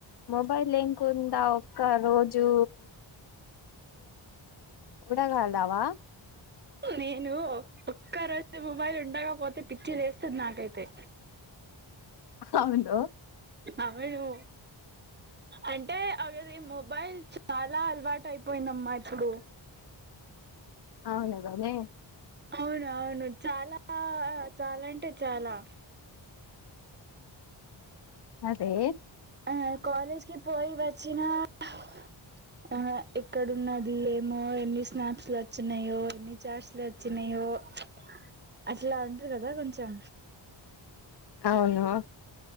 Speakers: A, on the left; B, on the right.
A: మొబైల్ ఏం కొందవు. ఒక్క రోజు ఇప్పుడా కాడవా.
B: నేను ఒక్క రోజు మొబైల్ ఉండకపోతే పిచ్చి లేస్తది నాకైతే.
A: అవునా.
B: అవును. అంటే అవేది మొబైల్ చాలా అలవాటు అయిపోయిందమ్మా ఇప్పుడు.
A: అవునుగానే
B: అవును అవును చాలా చాలా అంటే చాలా.
A: అదే.
B: నేను కాలేజీకి పోయి వచ్చిన ఆహ్. ఆహ్ ఎక్కడ ఉన్నది ఏమో ఎన్ని స్నాప్స్లు వచ్చినయో ఎన్ని చాట్స్లు వచ్చినాయో. ఓ ప్చ్ అసలు అంటారు కదా కొంచెం.
A: అవును